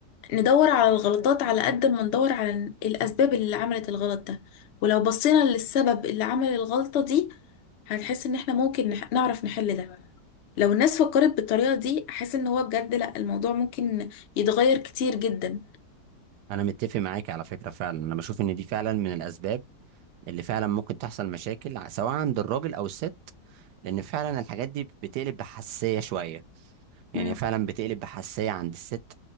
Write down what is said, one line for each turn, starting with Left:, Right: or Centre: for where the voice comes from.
Left: ندور على الغلطات على قد ما ندور على الاسباب اللي عملت الغلط ده ولو بصينا للسبب اللي عمل الغلطة دي هنحس ان احنا ممكن نح- نعرف نحل ده لو الناس فكرت بالطريقة دي احس ان هو بجد لا الموضوع ممكن يتغير كتير جدا
Right: انا متفق معاكي على فكرة فعلا انا بشوف ان دي فعلا من الاسباب اللي فعلا ممكن تحصل مشاكل ع- سواء عند الراجل او الست لان فعلا الحاجات دي بتقلب بحساسيه شويه يعني
Left: مم.
Right: فعلا بتقلب بحساسيه عند الست